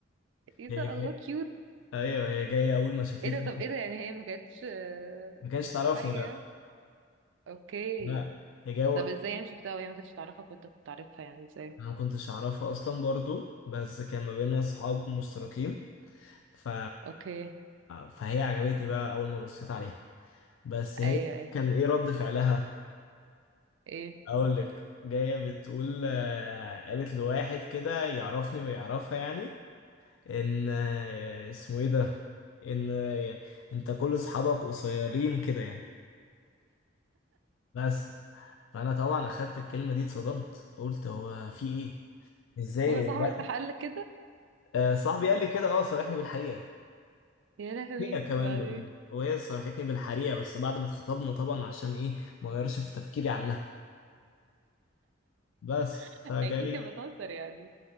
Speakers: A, on the right (about 70°); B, on the left (about 85°).
A: ايه
B: هي
A: ده
B: جاي...
A: الله كيوت
B: ايوه هي جاية اول ما شافتني
A: ايه ده طب ايه ده يعني هي ما كانتش آه،
B: ما كانش
A: ما كانتش
B: تعرفني
A: حاجه
B: لا
A: يعني اوكي
B: لا هي جاية
A: طب ازاي يعني شفتها وهي ما كانتش تعرفك وانت كنت عارفها يعني ازاي
B: انا ما كنتش اعرفها اصلا برضو بس كان ما بيننا اصحاب مشتركين ف...
A: اوكي
B: فهي عجبتني بقى اول ما بصيت عليها بس هي
A: ايوه ايوه
B: كان ايه رد فعلها
A: ايه
B: اقول لك جايه بتقول آه، قالت لواحد كده يعرفني ويعرفها يعني ان آه، اسمه ايه ده ان آه، انت كل اصحابك قصيرين كده يعني بس فانا طبعا اخدت الكلمه دي اتصدمت قلت هو في ايه ازاي
A: هو
B: هو
A: صاحبك
B: واحد
A: راح قال لك كده
B: آه، صاحبي قال لي كده اه صارحني بالحقيقه
A: يا لهوي
B: هي كمان
A: بعدين
B: برضه وهي صرحتني بالحقيقة بس بعد ما اتخطبنا طبعا عشان ايه ما غيرش في تفكيري عنها بس
A: <laughs>
B: فجاي
A: اكيد كانت بتهزر يعني